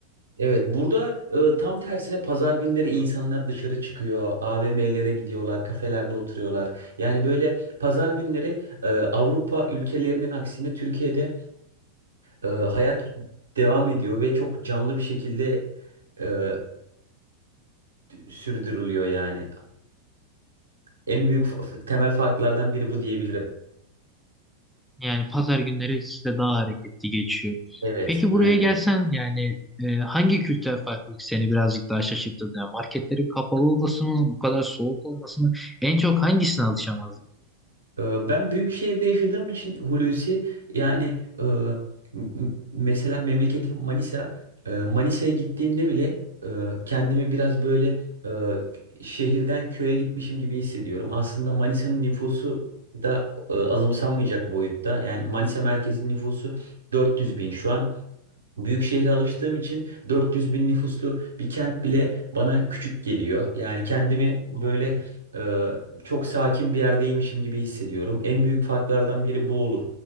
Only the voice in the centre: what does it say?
Yani pazar günleri sizde daha hareketli geçiyor.
Peki
buraya gelsen yani e, hangi kültürel farklılık seni birazcık daha şaşırttı? Yani marketlerin kapalı olması mı, bu kadar soğuk olması mı? En çok hangisine alışamazdın?